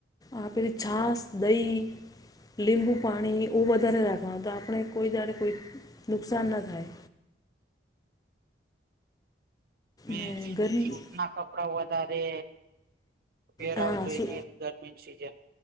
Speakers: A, on the left; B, on the right.
A: આપણી છાશ, દહી. લીંબુ પાણી ઓ વધારે રાખવાનું તો આપણે કોઈ દારે કોઈ નુકસાન ના થાય.
B: મેં
A: ને ગરમી
B: સૂત ના કપડા વધારે પેરાવ
A: હા
B: જોઈ
A: સુ
B: જે એક ગરમીની સિઝન